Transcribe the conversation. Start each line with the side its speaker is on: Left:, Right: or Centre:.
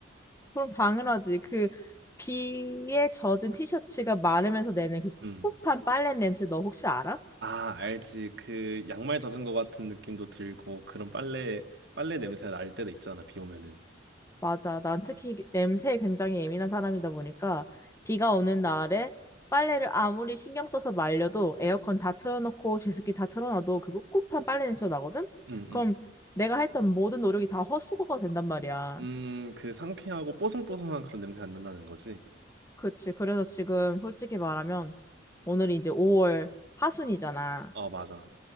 Left: 그럼 당연하지. 그 비에 젖은 티셔츠가 마르면서 내는 그
Right: 음.
Left: 꿉꿉한 빨래 냄새 너 혹시 알아?
Right: 아, 알지. 그 양말 젖은 것 같은 느낌도 들고 그런 빨래 빨래 냄새 날 때도 있잖아. 비 오면은.
Left: 맞아. 난 특히 냄새에 굉장히 예민한 사람이다 보니까 비가 오는 날에 빨래를 아무리 신경 써서 말려도 에어컨 다 틀어놓고 제습기 다 틀어놔도 그 꿉꿉한 빨래 냄새가 나거든?
Right: 음, 음.
Left: 그럼 내가 했던 모든 노력이 다 헛수고가 된단 말이야.
Right: 음, 그 상쾌하고 뽀송뽀송한 그런 냄새 안 난다는 거지.
Left: 그치. 그래서 지금 솔직히 말하면 오늘이 이제 5월 하순이잖아.
Right: 어, 맞아.